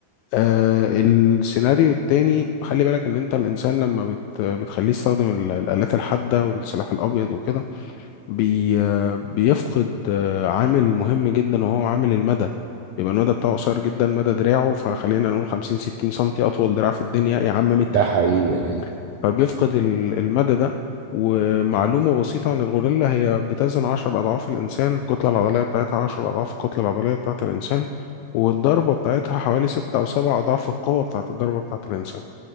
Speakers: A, on the left; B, on the right.
A: آه، السيناريو التاني خلي بالك إن أنت الإنسان لما بت بتخليه يستخدم ال- الآلات الحادة والسلاح الأبيض وكده بي آه، بيفقد آه، عامل مهم جدا وهو عامل المدى يبقى المدى بتاعه قصير جدا مدى دراعه فخلينا نقول 50 60 سنتي أطول دراع في الدنيا يا عم متر
B: ده حقيقي أيوة.
A: فبيفقد ال- المدى ده ومعلومة بسيطة عن الغوريلا هي بتزن عشر أضعاف الإنسان الكتلة العضلية بتاعتها عشر أضعاف الكتلة العضلية بتاعة الإنسان والضربة بتاعتها حوالي ستة أو سبع أضعاف القوة بتاعة الضربة بتاعة الإنسان